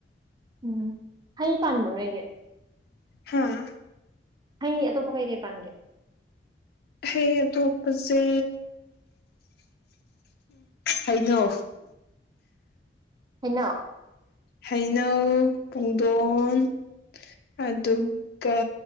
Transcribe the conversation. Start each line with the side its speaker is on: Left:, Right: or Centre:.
Right: ꯎꯝ ꯍꯩ ꯄꯥꯟꯕꯣ ꯅꯣꯏ ꯑꯩꯒꯤ
Left: ꯍꯥꯥ
Right: ꯑꯩ ꯑꯇꯣꯞꯄ ꯀꯩ ꯀꯩ ꯄꯥꯟꯒꯦ
Left: ꯍꯩ ꯑꯇꯣꯞꯄꯁꯦ ꯍꯥꯏꯩꯅꯣ
Right: ꯍꯅ
Left: ꯍꯩꯅꯧ ꯄꯨꯡꯗꯣꯟ ꯑꯗꯨꯒ
Right: ꯎꯝ